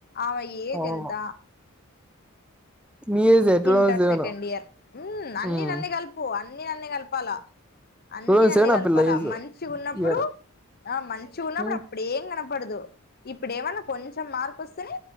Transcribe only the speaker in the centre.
అవును
నీ ఏజే two
thousand seven
హ్మ్
టూ థౌసండ్
సెవెన్
ఆ పిల్ల ఏజు
ఇయర్
హ్మ్